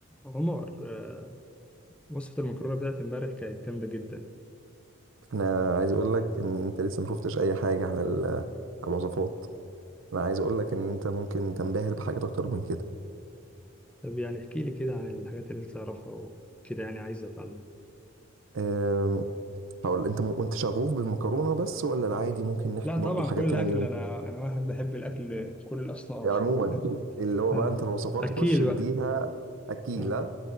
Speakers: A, in the centre; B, on the right.
A: عمر آه، وصفة المكرونة بتاعت امبارح كانت جامدة جدا
B: انا عايز اقول لك ان انت لسه ما شفتش اي حاجه عن ال- عن الوصفات انا عايز اقول لك ان انت ممكن تنبهر بحاجات اكتر من كده
A: طب يعني احكي لي كده عن الحاجات اللي انت تعرفها وكده يعني عايز اتعلم
B: أم، هقول انت م... انت شغوف بالمكرونه بس ولا العادي ممكن نحكي
A: لا طبعا
B: برضو حاجات
A: كل الاكل
B: تانية جدا
A: انا انا واحد بحب الاكل كل الاصناف
B: يعني عموما اللي هو
A: اه
B: بقى انت الوصفات
A: اكيل
B: خش اديها
A: بقى
B: اكيد
A: اه
B: لا